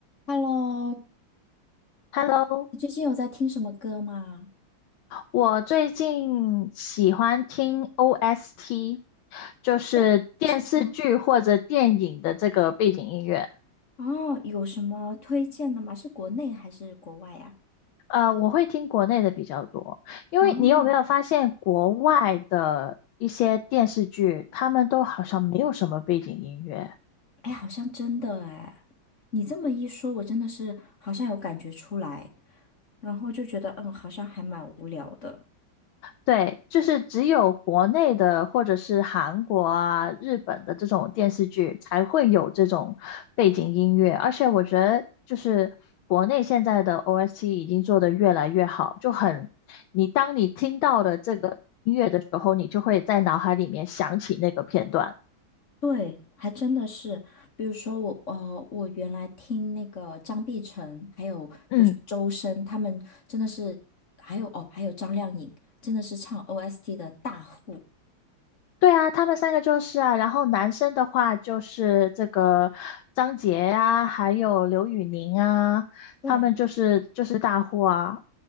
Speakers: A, on the left (about 40°); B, on the left (about 80°).
A: Hello，
B: Hello，
A: 你最近有在听什么歌吗？
B: 我最近喜欢听 OST，就是电视剧或者电影的这个背景音乐。
A: 嗯，是吗？哦，有什么推荐的吗？是国内还是国外呀？
B: 呃，我会听国内的比较多，因为你有没有发现国外的一些电视剧，
A: 哦，
B: 他们都好像没有什么背景音乐？
A: 哎，好像真的哎，你这么一说，我真的是好像有感觉出来，然后就觉得嗯，好像还蛮无聊的。
B: 对，就是只有国内的或者是韩国啊、日本的这种电视剧才会有这种背景音乐，而且我觉得就是国内现在的 OST 已经做得越来越好，就很，你当你听到了这个音乐的时候，你就会在脑海里面想起那个片段。
A: 对，还真的是，比如说我呃，我原来听那个张碧晨，还有比如说周深，
B: 嗯，
A: 他们真的是，还有哦，还有张靓颖，真的是唱 OST 的大户。
B: 对啊，他们三个就是啊，然后男生的话就是这个张杰呀，还有刘宇宁啊，
A: 对。
B: 他们就是就是大户啊。